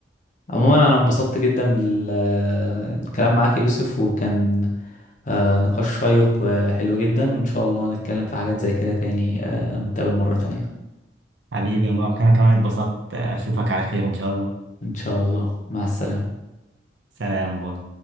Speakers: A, on the left; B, on the right.
A: عموما انا انبسطت جدا بالكلام معاك يا يوسف وكان آه، نقاش شيق وحلو جدا وان شاء الله نتكلم في حاجات زي كده تاني آه، نتقابل مرة تانية
B: حبيبي يا مبارك انا كمان اتبسطت اشوفك على خير ان شاء الله
A: ان شاء الله مع السلامة
B: سلام باي